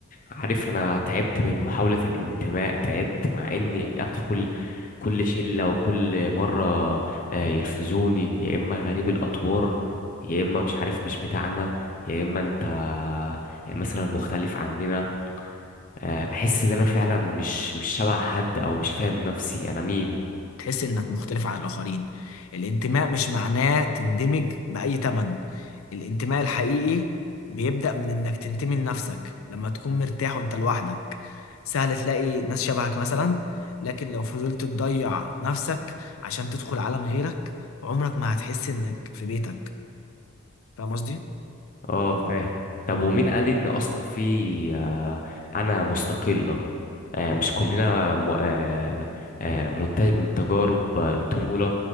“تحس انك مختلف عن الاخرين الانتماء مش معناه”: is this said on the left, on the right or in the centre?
Left